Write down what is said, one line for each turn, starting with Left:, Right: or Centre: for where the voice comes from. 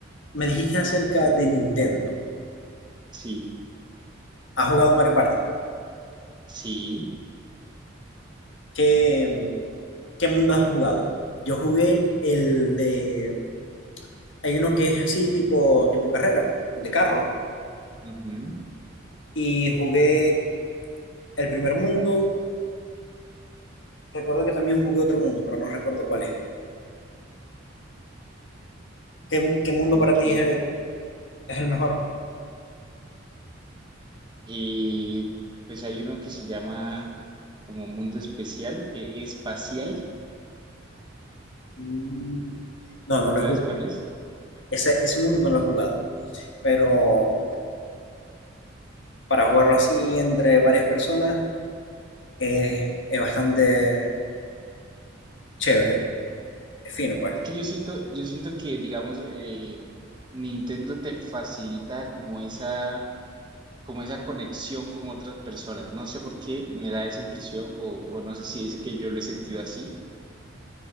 Left: me dijiste acerca de Nintendo.
Right: sí,
Left: ¿Has jugado Mario Party?
Right: sí,
Left: ¿Qué, qué mundo has jugado? Yo jugué el de... Hay uno que es así, tipo, tipo carrera, de carro.
Right: ujú,
Left: Y jugué el primer mundo. Recuerdo que también jugué otro mundo, pero no recuerdo cuál es. ¿Qué, qué mundo
Right: ok.
Left: para ti es el- es el mejor?
Right: Eh, pues hay uno que se llama como Mundo Especial, eh, Espacial,
Left: Mm, No, no lo
Right: ¿sabes
Left: he jugado.
Right: cuál es?
Left: Ese, ese mundo no lo he jugado. Pero para jugarlo así entre varias personas eh, es bastante chévere. Es fino, pues.
Right: Es que yo siento, yo siento que, digamos, eh, Nintendo te facilita como esa como esa conexión con otras personas. No sé por qué me da esa impresión o, o no sé si es que yo lo he sentido así.